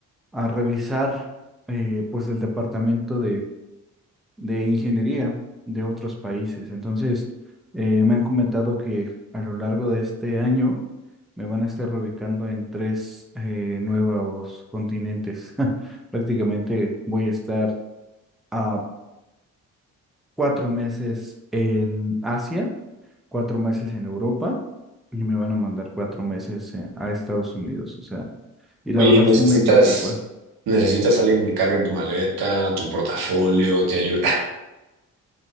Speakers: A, in the centre; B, on the right (about 75°).
A: a revisar eh, pues el departamento de ingeniería de otros países. Entonces, eh, me han comentado que a lo largo de este año me van a estar reubicando en tres eh, nuevos continentes. <laughs> Prácticamente voy a estar a cuatro meses en Asia, cuatro meses en Europa y me van a mandar cuatro meses eh, a Estados Unidos. O sea, y
B: Oye,
A: la verdad
B: necesitas,
A: sí me preocupa.
B: necesitas alguien que cargue tu maleta, tu portafolio, te ayude.